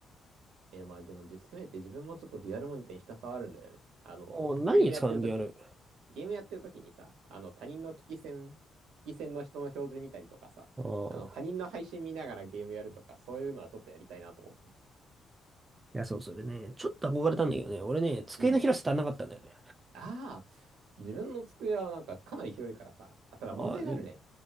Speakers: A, on the right (about 85°); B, on the right (about 25°).
A: えーまあでもじ、せめて自分もちょっとデュアルモニターにひたすらあるんだよね。あの、
B: もう何に使うんでやる。
A: ゲームやってる時に、ゲームやってる時にさ、あの、他人の危機戦、危機戦の人の表示見たりとかさ、
B: ああ。
A: あの、他人の配信見ながらゲームやるとか、そういうのはちょっとやりたいなと思って。
B: いや、そう、それね、ちょっと憧れたんだけどね、俺ね、机の広さ足んなかったんだよね。
A: うん。ああ、自分の机はなんかかなり広いからさ、あただ問題があるね。
B: ああ、いいね。